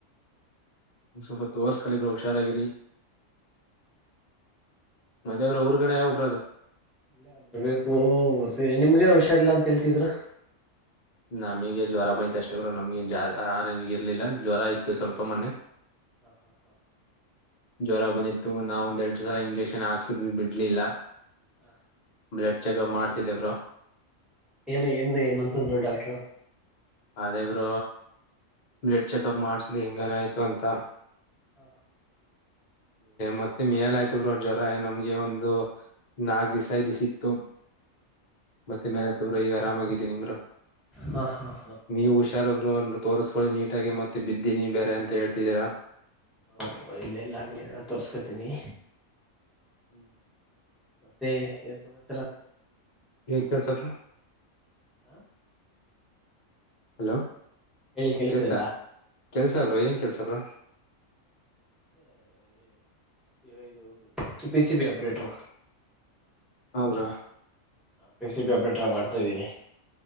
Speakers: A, on the left (about 45°); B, in the centre.
A: ಸ್ವಲ್ಪ ತ ವರ್ಸ್ ಕಳಿಬ್ರ ಹುಷಾರಾಗಿಿರಿ ಮದೇಬ್ರ ಊರ್ ಕಡೆ ಯಾವಬ್ರ ಅದು
B: ಇಲ್ಲ ಬರ್ಬೇಕು ಬರ್ತೇಿ ನಿಮ್ಗೇನು ಹುಷಾರ ಇಲ್ಲಾ ಅಂತ ಹೇಳ್ತಿದ್ರ
A: ನಮಗ ಜ್ರ ಬ ಅಷ್ಟರು ನಮ್ಗೆ ಜ ಆ ಇರ್ಲಿಲ್ಲ ಜ್ವರ ಇತ್ತು ಸ್ವಲ್ಪ ಮೊನೆೆ
B: ಹಾ ಹಾ ಹಾ
A: ಜ್ವರ ಬಂದಿತ್ತು ನಾವ ಒಂದ್ ಎರಡು ಸಲ ಇಂಜೆಕ್ಷನ್ ಹಾಕ್ಸುದ್ ಬಿಡ್ಲಿಲ್ಲ
B: ಹಾ
A: ಬ್ಲಡ್ ಚೆಕಪ್ ಮಾಡ್ಸಿದೇವರು
B: ಏನು ಏನ್ ಏನಂತಂದ್ರು ಡಾಕ್ಟ್ರ
A: ಅದೇ ಬರ ಬ್ಲಡ್ ಚೆಕಅಪ್ ಮಾಡತ ಅದು ಹೆಂಗನ ಆಯ್ತು ಅಂತ
B: ಹಾ
A: ಮತ್ತೆ ಮೇಲ್ ಆಯ್ತವ್ರ ಜ್ವರ ನಮ್ಗೆ ಒಂದು ನಾಕ್ ದ್ಸ ದಿಸ ಇತ್ತು ಮತ್ತೆ ಮೇಲ್ ಆಯ್ತವ್ರ ಈಗ ಆರಾಮಾಗಿದ್ದೀನಿ ನಿಮ್ರ
B: ಹಾ ಹಾ
A: ನೀವು ಹುಷಾರ ತೋರಿಸ್ಕೊಳ್ಳಿ ನೀಟ್ಟಾಗಿಗಿ ಮತ್ತೆ ಬಿದ್ದೀನಿ ಬೇರೆ ಅಂತ ಹೇಳ್ತಿದ್ದೀರಾ
B: ಹಾ ಇಲ್ಲ ಇಲ್ಲ ಹಂಗೆ ತೋರ್ಸ್ಕತೀನಿ
A: ಹ್ಮ್
B: ಮತ್ತೆ ಏನ್ ಸಮಸ್ಯೆ
A: ಕ ಸಪ
B: ಹಾಂ
A: ಹಲೋ
B: ಹೇಳಿ ಕೇಳಿಸ್ತಾ
A: ಕೆಲ್ಸ
B: ಇಲ್ಲ
A: ಕೆಲ್ಸಬ್ರ ಏನ್ ಕೆಲ್ಸ ಬ್ರ
B: ಇ ಇದು ಪಿ ಸಿ ಬಿ ಆಪ್ರೇಟರ್
A: ಹ bro
B: P C B operator ಆಗ್ ಮಾಡ್ತಾ ಇದೀನಿ.